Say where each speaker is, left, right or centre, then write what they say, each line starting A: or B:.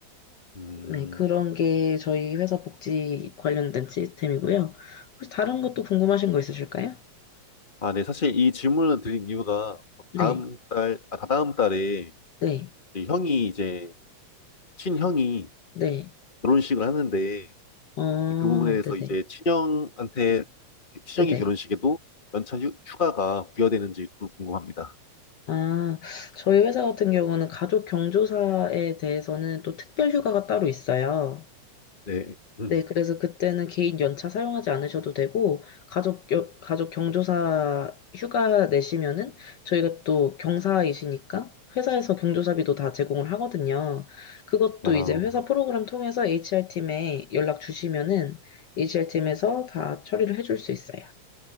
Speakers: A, on the left; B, on the left.
A: 음,
B: 네, 그런 게 저희 회사 복지 관련된 시스템이고요. 혹시 다른 것도 궁금하신 거 있으실까요?
A: 아, 네. 사실 이 질문을 드린 이유가
B: 네,
A: 다음 달, 아, 다다음 달에
B: 네,
A: 저희 형이 이제 친형이
B: 네.
A: 결혼식을 하는데
B: 아,
A: 그 부분에 대해서
B: 네네,
A: 이제 친형한테 친형이
B: 네네.
A: 결혼식에도 연차 휴, 휴가가 부여되는지 또 궁금합니다.
B: 아, 저희 회사 같은 경우는 가족 경조사에 대해서는 또 특별 휴가가 따로 있어요.
A: 네. 음.
B: 네, 그래서 그때는 개인 연차 사용하지 않으셔도 되고, 가족, 여- 가족 경조사 휴가 내시면은, 저희가 또 경사이시니까, 회사에서 경조사비도 다 제공을 하거든요. 그것도
A: 아,
B: 이제 회사 프로그램 통해서 HR팀에 연락 주시면은, HR팀에서 다 처리를 해줄 수 있어요.